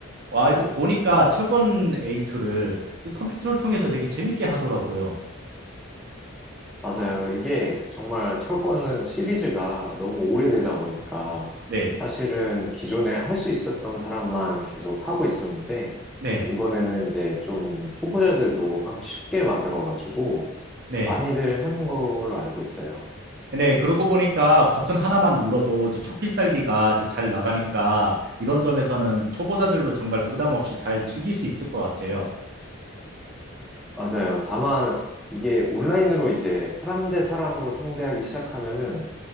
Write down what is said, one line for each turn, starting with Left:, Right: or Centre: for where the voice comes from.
Right: 와, 이거 보니까 철권 8를 컴퓨터를 통해서 되게 재밌게 하더라고요.
Centre: 맞아요. 이게 정말 철권은 시리즈가 너무 오래되다 보니까
Right: 네.
Centre: 사실은 기존에 할 수 있었던 사람만 계속 하고 있었는데
Right: 네.
Centre: 이번에는 이제 좀 초보자들도 하기 쉽게 만들어가지고
Right: 네.
Centre: 많이들 하는 걸로 알고 있어요.
Right: 네, 그러고 보니까 버튼 하나만 눌러도 이제 초필살기가 이제 잘 나가니까 이런 점에서는 초보자들도 정말 부담 없이 잘 즐길 수 있을 것 같아요.
Centre: 맞아요. 다만 이게 온라인으로 이제 사람 대 사람으로 상대하기 시작하면은